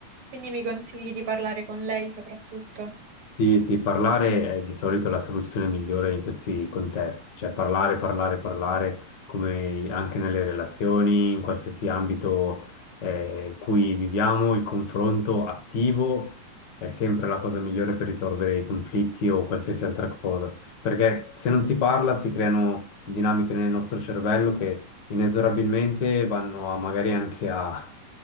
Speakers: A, on the right; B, on the left.
A: Quindi mi consigli di parlare con lei soprattutto.
B: Sì, sì, parlare è di solito la soluzione migliore in questi contesti, cioè parlare, parlare, parlare, come anche nelle relazioni, in qualsiasi ambito eh, cui viviamo, il confronto attivo è sempre la cosa migliore per risolvere i conflitti o qualsiasi altra cosa, perché se non si parla si creano dinamiche nel nostro cervello che inesorabilmente vanno a, magari anche a,